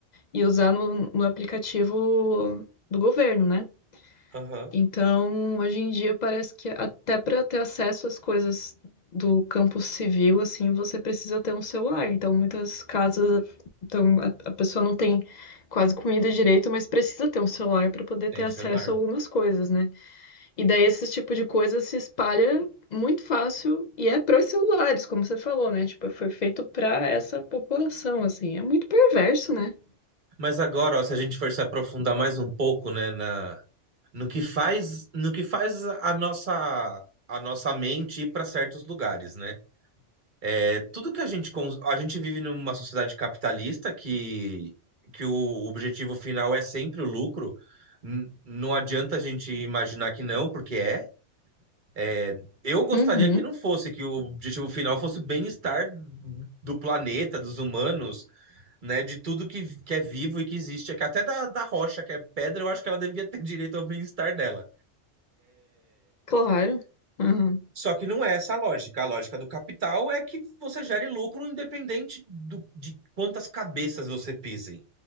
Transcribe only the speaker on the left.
E usar no, no aplicativo do governo, né?
Então, hoje em dia parece que até para ter acesso às coisas do campo civil, assim, você precisa ter um celular. Então, muitas casas, então a, a pessoa não tem quase comida direito, mas precisa ter um celular para poder
ter
acesso
a algumas coisas, né? E daí esse tipo de coisa se espalha muito fácil e é pros celulares, como você falou, né? Tipo, foi feito para essa população, assim. É muito perverso, né?
Uhum,
claro. Uhum.